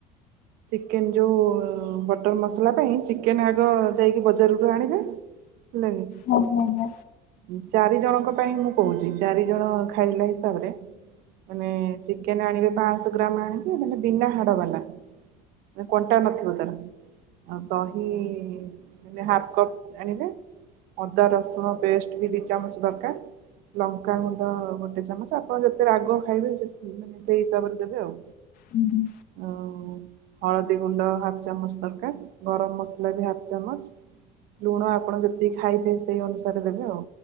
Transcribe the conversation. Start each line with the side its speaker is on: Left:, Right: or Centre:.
Right: ଚିକେନ ଯୋଉ ବଟର ମସଲା ପାଇଁ ଚିକେନ ଆଗ ଯାଇକି ବଜାରରୁୁ ଆଣିବେ। ହେଲା କି
Left: ଓ ହୋ ହୋ।
Right: ଉଁ ଚାରି ଜଣଙ୍କ ପାଇଁ ମୁଁ କୋହୁଚି ଚାରି ଜଣ ଖାଇିଲା ହିସାବରେ ମାନେ ଚିକେନ ଆଣିବେ ପାଂସ ଗ୍ରାମ ଆଣିକି ମାନେ ବିନା ହାଡ଼ ବାଲା। କଣ୍ଟା ନଥିବ ତାର ଆଉ ଦହି ମାନେ ହାଫ କପ୍ ଆଣିଲେ ଅଦା ରସୁଣ ପେଷ୍ଟ ବି ଦି ଚାମଚ ଦରକାର। ଲଙ୍କାଗୁଣ୍ଡ ଗୋଟେ ଚାମଚ ଆପଣ ଯେତେ ରାଗ ଖାଇବେ ମାନେ ସେଇ ହିସାବରେ ଦେବେ ଆଉ।
Left: ହୁଁ ହୁଁ।
Right: ଆଉ ହଳଦୀ ଗୁଣ୍ଡ ହାଫ୍ ଚାମଚ ଦରକାର ଗରମ ମସଲା ବି ହାଫ୍ ଚାମଚ। ଲୁଣ ଆପଣ ଯେତିକି ଖାଇବେ ସେଇ ଅନୁସାରେ ଦେବେ ଆଉ,